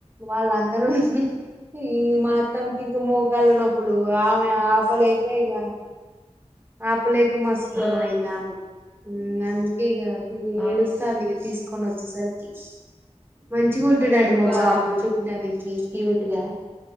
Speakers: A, on the right; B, in the centre.
A: వాళ్ళ అందరూ ఈ మా అత్తమ్మకి ఇంక మోకాళ్లు నొప్పులు ఆమె ఆపలేక ఇక ఆపలేక మస్త్ ఘోరం
B: ఆ
A: అయింది ఆమెకు అందుకే ఇక
B: అవును
A: ఏడుస్తాంది తీసుకొ ని వచ్చేసరికి మంచిగా ఉంటాడండి
B: ఇగ
A: మా
B: బాధ
A: బాబు చూడ్డానికి, క్యూట్ గా